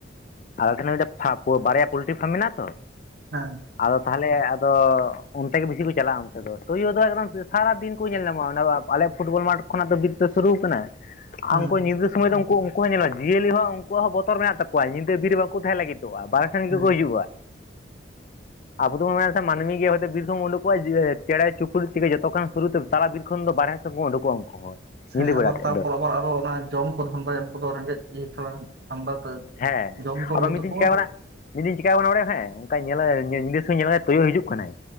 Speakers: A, on the left; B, on the right.
A: ᱟᱞᱮ ᱴᱷᱮᱱ ᱦᱚᱸ ᱢᱤᱫ ᱫᱷᱟᱣ ᱯᱷᱟ ᱯᱷᱚ ᱵᱟᱨᱭᱟ ᱯᱳᱞᱴᱨᱤ ᱯᱷᱟᱨᱢ ᱢᱮᱱᱟᱜ-ᱟ ᱛᱚ,
B: ᱦᱮᱸ᱾
A: ᱟᱫᱚ ᱛᱟᱦᱚᱞᱮ ᱟᱫᱚ ᱚᱱᱛᱮ ᱜᱮ ᱵᱮᱥᱤ ᱠᱚ ᱪᱟᱞᱟᱜᱼᱟ ᱚᱱᱛᱮ ᱫᱚ, ᱛᱳᱭᱳ ᱫᱚ ᱮᱠᱫᱚᱢ ᱥᱟᱨᱟ ᱫᱤᱱ ᱠᱚ ᱧᱮᱞ ᱧᱟᱢᱚᱜᱼᱟ ᱚᱱᱟ ᱟᱞᱮ ᱯᱷᱩᱴᱵᱚᱞ ᱢᱟᱴ ᱠᱷᱚᱱᱟᱜ ᱫᱚ ᱵᱤᱨ ᱫᱚ ᱥᱩᱨᱩ ᱟᱠᱟᱱᱟ, ‌
B: ᱦᱮᱸ
A: ᱟ ᱩᱱᱠᱩ ᱧᱤᱫᱟᱹ ᱥᱚᱢᱚᱭ ᱫᱚ ᱩᱝᱠᱩ ᱩᱝᱠᱩ ᱦᱚᱸ ᱧᱮᱞᱚᱜ ᱡᱤᱭᱟᱹᱞᱤ ᱦᱚᱸ ᱩᱝᱠᱩᱣᱟᱜ ᱦᱚᱸ ᱵᱚᱛᱚᱨ ᱢᱮᱱᱟᱜ ᱛᱟᱠᱚᱣᱟ ᱧᱤᱫᱟᱹ ᱵᱤᱨ ᱨᱮ ᱵᱟᱝᱠᱚ ᱛᱟᱦᱮᱸ ᱞᱟᱹᱜᱤᱫᱚᱜᱼᱟ ᱵᱟᱦᱨᱮ ᱥᱮᱱ
B: ᱦᱮᱸ
A: ᱜᱮᱠᱚ ᱦᱤᱡᱩᱜᱼᱟ᱾ ᱟᱵᱚ ᱫᱚ ᱵᱚᱱ ᱢᱮᱱᱟ ᱥᱮ ᱢᱟᱹᱱᱢᱤ ᱜᱮ ᱦᱚᱭᱛᱚ ᱵᱤᱨ ᱠᱷᱚᱱ ᱵᱚᱱ ᱳᱸᱰᱩᱠᱚᱜᱼᱟ ᱪᱮᱬᱮ ᱪᱩᱯᱲᱩᱡ ᱛᱮᱜᱮ ᱡᱚᱛᱚ ᱠᱷᱚᱱ ᱥᱩᱨᱩ ᱛᱮ ᱛᱟᱞᱟ ᱵᱤᱨ ᱠᱷᱚᱱ ᱫᱚ ᱵᱟᱨᱦᱮ ᱥᱮ ᱠᱚ ᱳᱸᱰᱩᱠᱚᱜᱼᱟ ᱩᱝᱠᱩ ᱦᱚᱸ᱾
B: ᱥᱮᱸ
A: ᱧᱤᱫᱟᱹ
B: ᱟᱵᱟᱨ
A: ᱵᱮᱲᱟ ᱛᱮᱫ
B: ᱛᱟᱨᱯᱚᱨ
A: ᱫᱚ
B: ᱟᱵᱟᱨ ᱟᱨᱚ ᱚᱱᱟ ᱡᱚᱢ ᱠᱚ ᱫᱷᱟᱱᱫᱟᱭᱟ ᱩᱝᱠᱩ ᱫᱚ ᱨᱮᱸᱜᱮᱡ ᱤᱭᱟᱹ ᱪᱷᱟᱲᱟ ᱴᱷᱟᱱᱰᱟ ᱛᱮ,
A: ᱦᱮᱸ
B: ᱡᱚᱢ ᱛᱚ
A: ᱟᱫᱚ
B: ᱦᱳᱭᱳᱜ
A: ᱢᱤᱫ
B: ᱛᱟᱠᱚᱣᱟ᱾
A: ᱫᱤᱱ ᱪᱤᱠᱟᱹ ᱵᱟᱲᱟ ᱢᱤᱫ ᱫᱤᱱ ᱪᱮᱠᱟᱣ ᱠᱟᱱᱟ ᱵᱟᱲᱟᱭᱟᱢ ᱦᱮᱸ, ᱚᱝᱠᱟ ᱧᱮᱞᱮ ᱧᱤᱫᱟᱹ ᱥᱚᱢᱚᱭ ᱧᱮᱞᱮᱭᱟ ᱛᱳᱭᱳ ᱦᱤᱡᱩᱜ ᱠᱟᱱᱟᱭ,